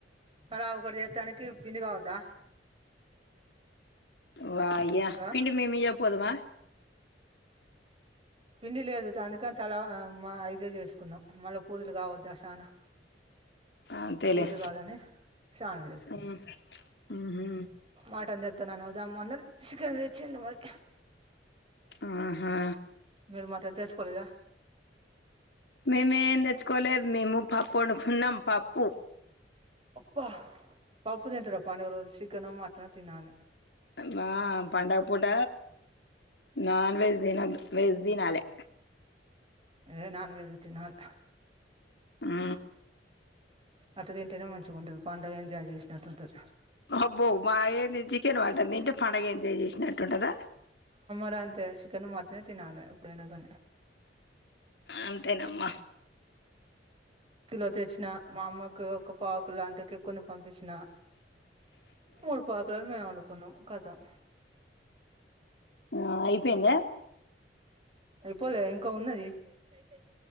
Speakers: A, on the right; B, on the left.
A: తలా ఒకటి చేత్తానికి పిండి కావద్దా
B: వాయ్య
A: ఆ
B: పిండి మేమియ్య పోదుమా.
A: పిండి లేదు అందుకని తలా మా ఐదే చేసుకున్నాం మళ్ళా పూరీలు కావద్ద చానా
B: అంతేలే
A: పూరీలు కావాలని చానా చేసుకున్నాం
B: ఉహు
A: మటన్. <unintelligible> చికెన్ తెచ్చింది మరి.
B: ఆహా
A: మీరు మాత్రం తెర్చుకోలేదా
B: మేమేం తెచ్చుకోలేదు మేము పప్పు అడుకున్నాం పప్పు
A: వా పాప్పుపు తింటారు పండుగ రోజు చికెన్ మటన్ తిన్నను
B: మా పండగ పూట నాన్ వెజ్ తిన వెజ్ తినాలే
A: ఏ నాన్ వెజ్ త నాలు
B: ఆ
A: అటు తింటేనే మంచిగా ఉంటది పండుగ ఎంజాయ్ చేసినట్టు ఉంటుది
B: అబ్బో మా ఏ చికెన్ పంటంది తింటే పడుగ ఎంజాయ్ చేసినట్టుంటదా
A: ఇప్పుడు అంతే చికెన్ మటనే తినాలి ఇప్పుడైనా కానీ
B: అంతేనమ్మ
A: కిలో తెచ్చిన మా అమ్మకు ఒక పావు క్కులు అంతక ఎక్కుని పంపించిన మూడు పావు కిలో మేం వండు కును కథం
B: ఆ అయిపోయిందా
A: పోలే ఇంకా ఉన్నది సై సై